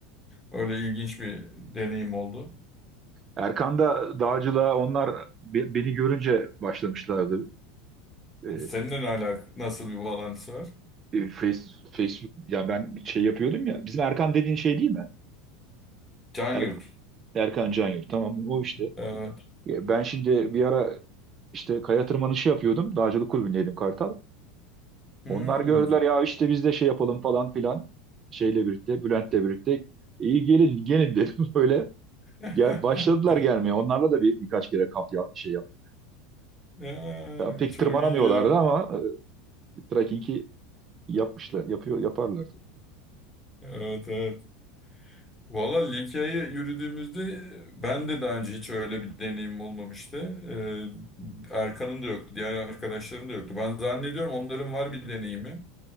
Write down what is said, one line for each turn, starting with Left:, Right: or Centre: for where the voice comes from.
Left: öyle ilginç bir deneyim oldu.
Right: Erkan da dağcılığa onlar be- beni görünce başlamışlardı. Ee,
Left: Seninle ne alak nasıl bir bağlantısı var?
Right: e, face, Facebook ya ben şey yapıyordum ya. Bizim Erkan dediğin şey değil mi?
Left: Can
Right: Er-
Left: Yurt.
Right: Erkan Canyurt tamam o işte.
Left: Evet.
Right: Ya Ben şimdi bir ara işte kaya tırmanışı yapıyordum. Dağcılık kulübündeydim Kartal.
Left: Hmm.
Right: Onlar gördüler ya işte biz de şey yapalım falan filan. Şeyle birlikte Bülent'le birlikte. İyi gelin gelin dedim <laughs> böyle.
Left: <laughs>
Right: Gel, başladılar gelmeye. Onlarla da bir, birkaç kere kamp yap, şey yaptık.
Left: Ee,
Right: Ya, pek
Left: çok
Right: tırmanamıyorlardı
Left: iyi ya.
Right: ama e, trekkingi yapmışlar, yapıyor, yaparlardı.
Left: Evet, evet. Valla Likya'ya yürüdüğümüzde ben de daha önce hiç öyle bir deneyimim olmamıştı. Ee, Erkan'ın da yoktu, diğer arkadaşların da yoktu. Ben zannediyorum onların var bir deneyimi.